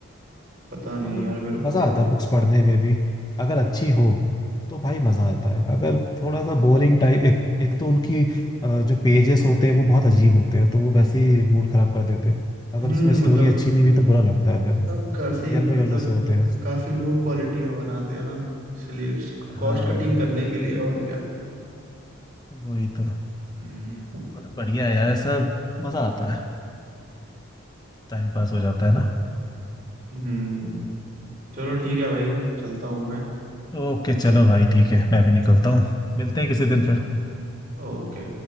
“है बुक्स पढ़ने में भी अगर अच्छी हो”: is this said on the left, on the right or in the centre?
Left